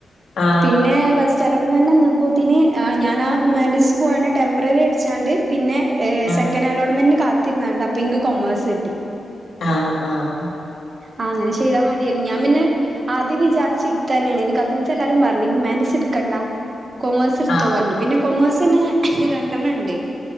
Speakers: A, on the left (about 75°); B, on the right (about 35°).
A: ആ
B: പിന്നെ ചലോട്ട്മെൻറ് നി എന്നപ്പോത്തിന് ഞാൻ ആ ഹുമാൻഡീസ് പോകാണ് ടെംമ്പററി അടിച്ചാണ്ട് പിന്നെ ഏ
A: ആ
B: സെക്കൻഡ് അലോട്ട്മെന്റ് കാത്തിരുന്നണ്ട് അപ്പൊ ഇങ്ക കൊമേഴ്സ് കിട്ടി
A: ആഹ് ആഹ
B: ആഹ അങ്ങനെ ചെയ്താ മതിയ ഞാൻ പിന്നെ ആം വിചാരിച്ച എടുത്തു തന്നെയാണ് ഇ കസിൻസല്ലാരും പറഞ് ഹ്യൂമന്റി ട്ക്കണ്ട കൊമേഴ്സ് എടുത്തോ
A: ആ
B: പറഞ്ഞു പിന്നെ കൊമേഴ്സിന്നെ രണ്ടെണ്ണം ഉണ്ട്